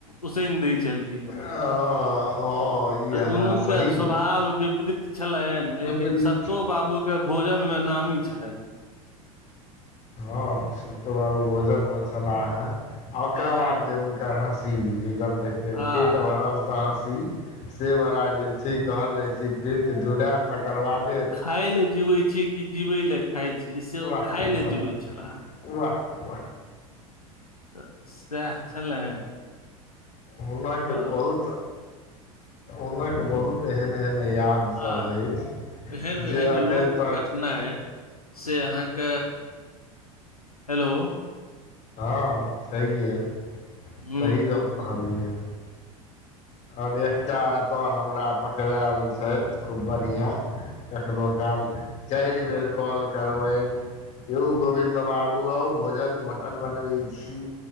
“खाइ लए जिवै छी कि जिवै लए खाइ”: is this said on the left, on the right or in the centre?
Left